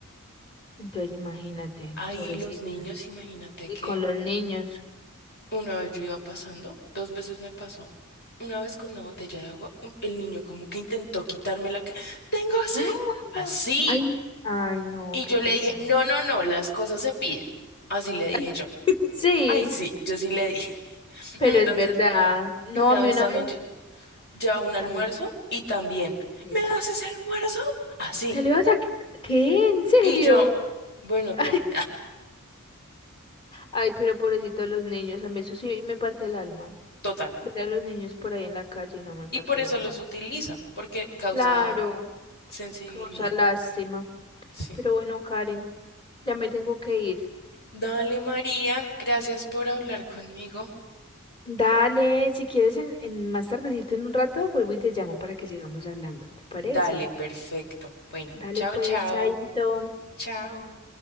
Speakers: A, on the left; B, on the left.
A: Entonces, imagínate,
B: Ay,
A: pobrecitas.
B: y los niños, imagínate
A: Y
B: que
A: con los niños.
B: una vez yo iba pasando, dos veces me pasó. Una vez con una botella de agua, un- el niño como que intentó quitarme la que tengo sed,
A: ¡Ah!
B: así.
A: Ay, ay, no,
B: Y
A: qué
B: yo
A: pesado.
B: le dije, no, no, no, las cosas se piden. Así le dije
A: <laughs>
B: yo.
A: Sí,
B: Ay, sí, yo sí le dije. <laughs>
A: pero
B: Entonces,
A: es verdad. No,
B: una
A: a mí
B: vez
A: una
B: también
A: vez.
B: lle- llevaba un almuerzo
A: A ver,
B: y también,
A: sí.
B: ¿me das ese almuerzo? Así.
A: ¿Te le vas a... qui- ¿Qué? ¿En serio?
B: Y yo, bueno,
A: <laughs> Ay,
B: tome,
A: ay, pero pobrecito los niños. A mí eso sí me parte el alma.
B: <laughs> total.
A: Ver a los niños por ahí en la calle no me parte
B: Y por eso
A: el alma.
B: los
A: más.
B: utilizan, porque causa
A: Claro,
B: sensibilidad,
A: causa lástima.
B: sí.
A: Pero bueno, Karen, ya me tengo que ir.
B: Dale, María, gracias por hablar conmigo.
A: Dale, si quieres en, en más tardecito en un rato, vuelvo y te llamo para que sigamos hablando. ¿Te parece?
B: Dale, perfecto. Bueno,
A: Dale
B: chao,
A: pues,
B: chao.
A: chaito.
B: Chao.